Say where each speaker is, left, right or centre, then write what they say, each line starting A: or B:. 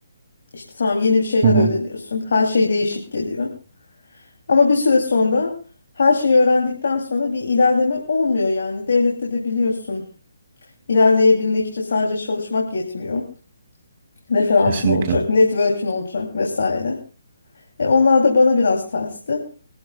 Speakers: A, on the left; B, on the right.
A: İşte tamam yeni bir şeyler
B: Hı hı.
A: öğreniyorsun. Her şey değişik geliyor. Ama bir süre sonra her şeyi öğrendikten sonra bir ilerleme olmuyor yani. Devlette de biliyorsun. İlerleyebilmek için sadece çalışmak yetmiyor. Referansın
B: Kesinlikle.
A: olacak, network'ün olacak vesaire. E onlar da bana biraz tersti.